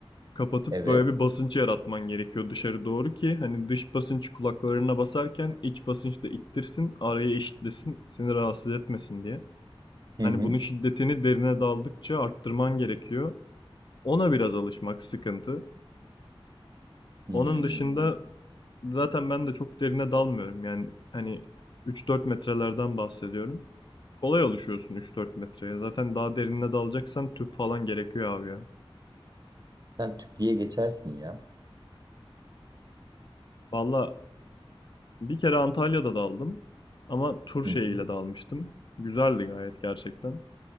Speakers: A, on the left; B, on the right.
A: Kapatıp
B: Evet.
A: böyle bir basınç yaratman gerekiyor dışarı doğru ki hani dış basınç kulaklarına basarken iç basınç da ittirsin, arayı eşitlesin, seni rahatsız etmesin diye.
B: Hı
A: Hani
B: hı.
A: bunun şiddetini derine daldıkça arttırman gerekiyor. Ona biraz alışmak sıkıntı.
B: Hmm.
A: Onun dışında zaten ben de çok derine dalmıyorum. Yani hani üç dört metrelerden bahsediyorum. Kolay alışıyorsun üç dört metreye. Zaten daha derine dalacaksan tüp falan gerekiyor abi ya.
B: Sen tüp diye geçersin ya.
A: Valla bir kere Antalya'da daldım. Ama tur
B: Hı
A: şeyiyle
B: hı.
A: dalmıştım. Güzeldi gayet gerçekten.